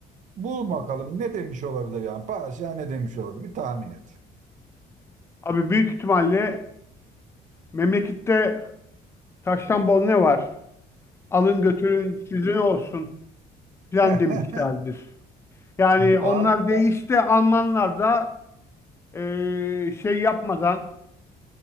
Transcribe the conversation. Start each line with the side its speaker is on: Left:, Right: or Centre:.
Right: bul bakalım ne demiş olabilir yani. Padişah ne demiş olabilir? Bir tahmin et.
Left: Abi büyük ihtimalle memlekette taştan bol ne var? Alın götürün sizin olsun filan
Right: <laughs>
Left: demişlerdir. Yani
Right: Abi,
Left: onlar değişti Almanlar da eee, şey yapmadan